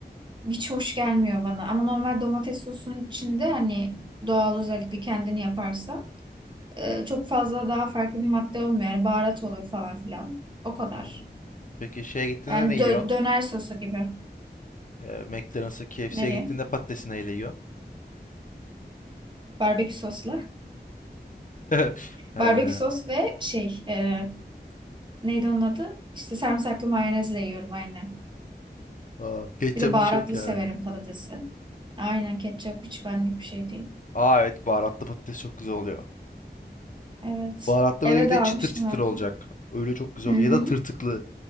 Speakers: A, on the right; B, on the left.
A: hiç hoş gelmiyor bana. Ama normal domates sosunun içinde hani doğal özellikle kendini yaparsa e, çok fazla daha farklı bir madde olmuyor. Yani baharat olur falan filan. O kadar.
B: Hı hı. Peki şeye gittiğinde
A: Yani
B: ne yiyorsun?
A: dö- döner sosu gibi.
B: E, McDonald's'a KFC'ye
A: Nereye?
B: gittiğinde patatesi neyle yiyorsun?
A: Barbekü sosla.
B: <laughs> He.
A: Barbekü sos ve şey e, neydi onun adı? İşte sarımsaklı mayonezle yiyorum aynen.
B: Aa, ketçap
A: Bir de baharatlı
B: hiç yok yani.
A: severim patatesi. Aynen ketçap hiç benlik bir şey değil.
B: Aa evet baharatlı patates çok güzel oluyor.
A: Evet.
B: Baharatlı
A: Eve
B: böyle bir de
A: de almıştım
B: çıtır çıtır
A: hatta.
B: olacak. Öyle çok güzel
A: Hı
B: oluyor.
A: hı.
B: Ya da tırtıklı.